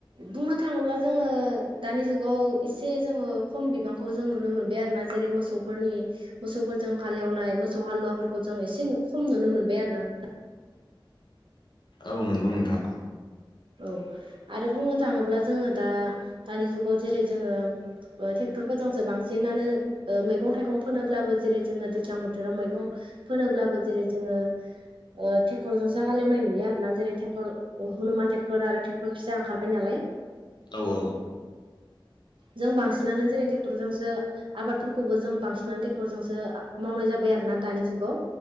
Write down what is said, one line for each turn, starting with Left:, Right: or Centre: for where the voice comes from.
Right: बुंनो थाङोब्ला जोङो दानि जुगाव एसे जोङो खम बिबांखौ जोङो नुनो मोनबाय आरोना जेरै मोसौफोरनि मोसौफोरजों हाल एवनाय मोसौ हालुवाफोरखौ जों एसे खम नु नुनो मोनबाय आरोना नोंथां।
Left: औ नंगौ नोंथां।
Right: औ आरो बुंनो थाङोब्ला जोङो दा दानि जुगाव जेरै जोङोे ओ टेक टेक्टरफोरजोंसो बांसिनानो ओ मैगं-थाइगं फोनोब्लाबो जेरै जोङौ दैज्लां बोथोराव मैगं फोनो ब्लाबो जेरै जोङो ओ टेक्टर जोंसो हाल एवनाय नुयो आरो ना जेरै टेक्टर हुनुमान टेक्ट र आरो टेक्टर फिसा ओंखारबाय नालाय
Left: औ औ
Right: जों बांसिनानो जेरै टेक्टरजोंसो आबादफोरखौबो जों बांसिनानो ट्रेक्टरजोंसो मावनाय जाबाय आरो ना दानि जुगाव